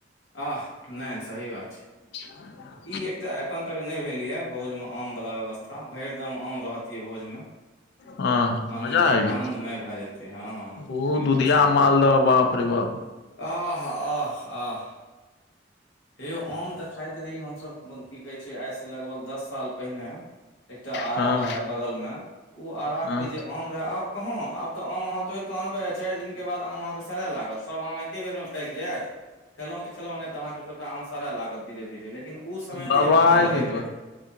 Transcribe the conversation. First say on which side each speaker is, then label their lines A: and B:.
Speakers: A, on the left (about 80°); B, on the left (about 60°).
A: आह! नहि सही बात छै।
B: <inaudible>
A: इ एकटा एखन तक ने भेल ये, बोज में आम वाला व्यवस्था। हँ, भरि गामँ आम रहबाक चाही भोजमे।
B: हँ
A: आनन्द
B: मजा आबि जेतै
A: आनन्दमय भए जेतै, हँ।
B: ओ
A: 'बिलकुल'
B: दुधिया
A: सही कहलै।
B: मालदह बाप रे बाप
A: आह! आ -आ आह! हे यौ आम तऽ खाइत रही हमसभ की कहै छै, आइसँ लगभग दस साल पहिने। एकटा आरा
B: हँ
A: रहे बगल में, ओ आरा
B: हँ
A: के जे आम र आब कहाँ, आब तऽ आम अहाँ तोड़ केे आनबे चारि दिन बाद आम अहाँके सड़य लागत, सब आम एके बेर मे पाकी जाय, खेलौं तऽ खेलौ नहि तऽ अहाँके सब आम सारय लागत, धीरे -धीरे लेकिन ओ समय
B: दबाइके
A: के जे आम रहे रहे।
B: द्वार